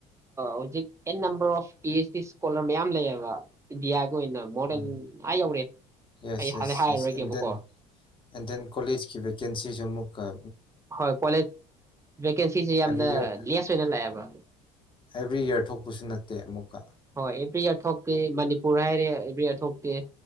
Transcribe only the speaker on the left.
ꯎꯝ
ꯌꯦꯁ
ꯌꯦꯁ ꯌꯦꯁ ꯑꯦꯟ ꯑꯦꯟ ꯗꯦꯟ ꯀꯣꯂꯦꯖꯀꯤ ꯚꯦꯀꯦꯟꯁꯤꯁꯨ ꯑꯃꯨꯛ <unintelligible>
ꯑꯦꯕ꯭ꯔꯤ ꯌꯔ
ꯑꯦꯕ꯭ꯔꯤ ꯏꯔ ꯊꯣꯛꯄꯁꯨ ꯅꯠꯇꯦ ꯑꯃꯨꯛꯀ